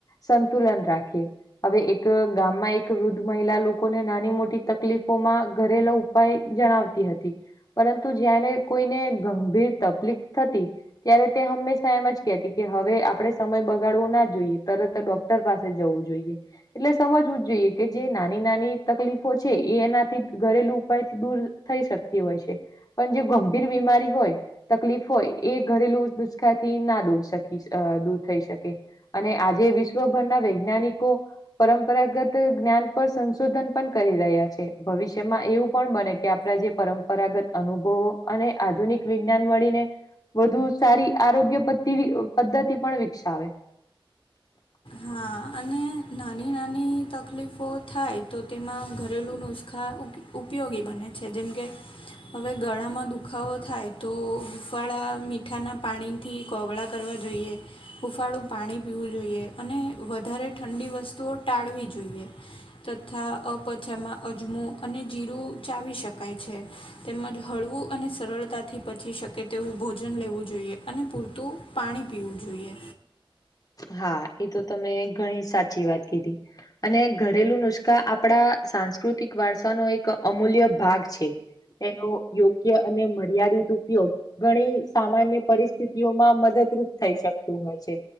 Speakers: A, on the left (about 40°); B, on the left (about 70°).
A: સંતુલન રાખીએ. હવે, એક ગામમાં એક, વૃદ્ધ મહિલા લોકોને નાની મોટી તકલીફોમાં ઘરેલું- -ઉપાયો જણાવતી હતી. પરંતુ જયારે કોઈને ગંભીર તકલીફ થતી- ત્યારે તે હંમેશા એમજ કહેતી- -કે હવે આપણે સમય બગાડવો ન જોઈએ. તરતજ ડોક્ટર પાસે જવું જોઈએ. એટલે સમજવુજ જોઈએ, કે, જે નાની નાની તકલીફો છે, એ એનાથી ઘરેલું ઉપાય થી દૂર- -થઈ શકતી હોય છે. પણ જે ગંભીર બીમારી હોય, તકલીફ હોય, એ ઘરેલુ નુસખા થી ના દૂર- -દૂર થઈ શકે. અને આજે વિશ્વભરમાં વૈજ્ઞાનિકો- પરંપરાગત જ્ઞાન પણ સંશોધન પણ કરી રહ્યા છે. ભવિષ્યમાં, એવું પણ બને કે, આપણા જે- પરંપરાગત અનુભવો અને આધુનિક વિજ્ઞાન મળીને- વધુ સારી આરોગ્ય પધ્ધતિ પણ વિકસાવે.
B: હા, અને નાની નાની તકલીફો થાય, તો તેમાં ઘરેલું નુસખા ઉપયોગી- -ઉપયોગી બને છે. જેમકે- હવે, ગળામાં દુખાવો થાય તો, હુંફાળા મીઠાંનાં પાણી- -થી કોગળા કરવા જોઈએ. હૂંફાળું પાણી પીવું જોઈએ. અને, વધારે ઠંડી વસ્તુઓ ટાળવી જોઈએ. તથા, અપચા માં અજમો અને જીરું ચાવી શકાય છે. તેમજ હળવું અને સરળતા થી પચી શકે- -તેવું ભોજન લેવું જોઈએ. અને પૂરતું પાણી લેવું જોઈએ.
A: હા, એતો તમે ઘણી સાચી વાત કીધી. અને ઘરેલું નુસખા, આપણા સાંસ્કૃતિક વારસાનો એક અમૂલ્ય ભાગ છે. તેનો, યોગ્ય અને મર્યાદિત ઉપયોગ- ઘણી સામાન્ય પરિસ્થિતિ ઓ માં, મદદરૂપ થઈ શકતું હોય છે.